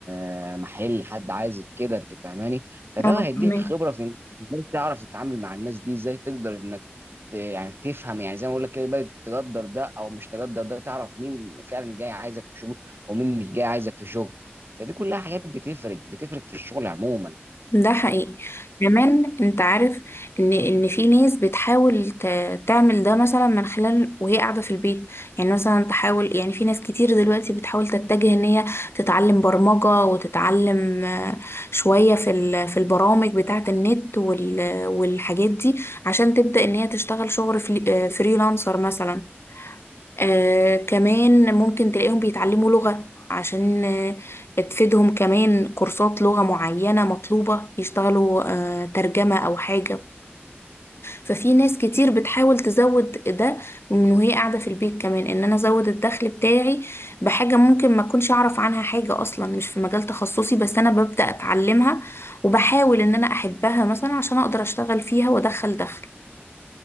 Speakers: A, on the right; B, on the left.
A: آه، محل، حد عايز كده انت فاهماني؟ فده
B: اه
A: هيديك
B: فهمك
A: خبره في انك ازاي تعرف تتعامل مع الناس دي، ازاي تقدر انك ت- يعني تفهم يعني زي ما بقول لك كده بقى تقدر ده او مش تقدر ده تعرف مين فعلا جاي عايزك في شغل ومين مش جاي عايزك في شغل. فدي كلها حاجات بتفرق بتفرق في الشغل عموما.
B: ده حقيقي كمان انت عارف ان ان في ناس بتحاول ت- تعمل ده مثلا من خلال وهي قاعده في البيت يعني مثلا تحاول يعني في ناس كتير دلوقتي بتحاول تتجه ان هي تتعلم برمجه وتتعلم آه، شويه في ال- في البرامج بتاعه النت وال- والحاجات دي عشان تبدا ان هي تشتغل شغل فري- آه، فريلانسر مثلا آه كمان ممكن تلاقيهم بيتعلموا لغة عشان آه تفيدهم كمان كورسات لغة معينة مطلوبة يشتغلوا آه ترجمة أو حاجة ففي ناس كتير بتحاول تزود ده من وهي قاعدة في البيت كمان إن أنا أزود الدخل بتاعي بحاجة ممكن ما أكونش أعرف عنها حاجة أصلا مش في مجال تخصصي بس أنا ببدأ أتعلمها وبحاول إن أنا أحبها مثلا عشان أقدر أشتغل فيها وأدخل دخل